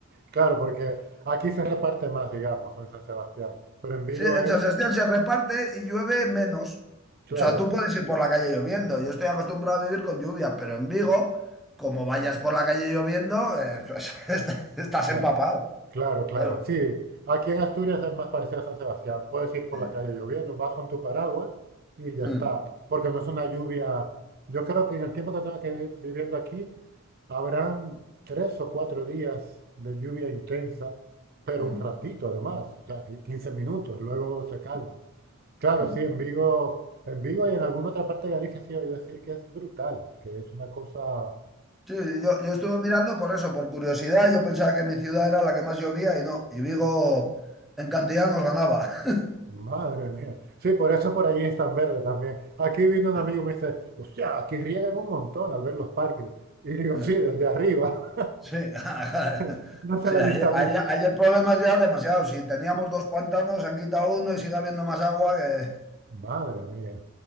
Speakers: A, on the right; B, in the centre.
A: Claro, porque aquí se reparte más, digamos, o en San Sebastián, pero en Vigo
B: Sí, en
A: es
B: San Sebastián se reparte y llueve menos.
A: Claro,
B: O sea, tú puedes ir por la calle lloviendo. Yo estoy acostumbrado a vivir con lluvia, pero en Vigo, como vayas por la calle lloviendo, eh, pues, <laughs> est- estás
A: claro,
B: empapado.
A: claro, claro.
B: Claro.
A: Sí, aquí en Asturias es más parecido a San Sebastián. Puedes ir por
B: Sí.
A: la calle lloviendo, vas con tu paraguas y ya está.
B: Mm,
A: Porque no es una lluvia. Yo creo que en el tiempo que tengo que vi- viviendo aquí habrán tres o cuatro días de lluvia intensa, pero
B: mm,
A: un ratito además, o sea, que 15 minutos, luego se calma. Claro,
B: mm.
A: sí, en Vigo, en Vigo y en alguna otra parte de Galicia sí he oído decir que es brutal, que es una cosa
B: Sí, yo, yo estuve mirando por eso, por curiosidad. Yo pensaba que mi ciudad era la que más llovía y no. Y Vigo en cantidad nos ganaba. <laughs>
A: Madre mía. Sí, por eso por allí es tan verde también. Aquí vino un
B: Sí.
A: amigo y me dice, hostia, aquí riegan un montón al ver los parques. Y digo,
B: hmm.
A: sí, desde arriba,
B: Sí, <laughs>
A: <laughs> no es
B: sí,
A: el ayuntamiento.
B: hay, hay- hay el problema ya demasiado. Si teníamos dos pantanos, se han quitado uno y sigue habiendo más agua que...
A: Madre mía.